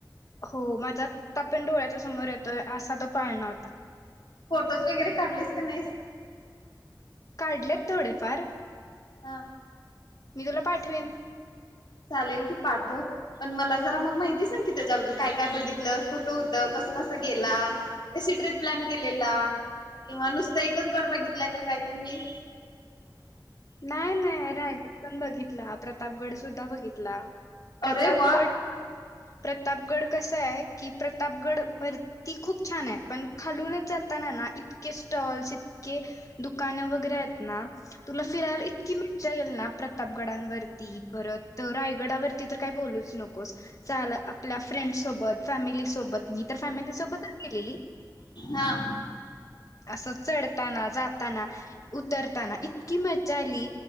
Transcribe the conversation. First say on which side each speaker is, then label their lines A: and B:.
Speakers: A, on the left; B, on the left.
A: हो माझा आता पण डोळ्याच्या समोर येतोय, असा तो पाळण होता.
B: फोटोज वगैरे काढलेस का नहीस?
A: काढलेत थोडेफार
B: हा
A: मी तुला पाठवेन.
B: चालेल कि पाठव. पण मला जरा मग माहिती सांग की त्याच्याबद्दल, की काय काय बघितलं, कतं होत कसं कसं गेला? कशी ट्रिप प्लॅन केलेला किंवा नुसतं एकच गड बघितलाय का काय तुम्ही?
A: नाही नाही रायगड पण बघितला. प्रतापगड सुद्धा बघितला प्रतापगड,
B: अरे वा
A: प्रतापगड कसं हाय, की प्रतापगड वरती खूप छानाय पण खालूनच जाताना ना इतके स्टॉल्स, इतके दुकानं वगैरे आहेत ना
B: हम्म
A: फिरायला इतकी मी चढेल ना प्रतापगडांवरती परत रायगडावरती तर काय बोलूच नकोस झालं आपल्या फ्रेंड्ससोबत फॅमिलीसोबत मी तर फॅमिली सोबतच गेलेली <inaudible>
B: हा.
A: असं चढताना जाताना उतरताना इत की मज्जा आली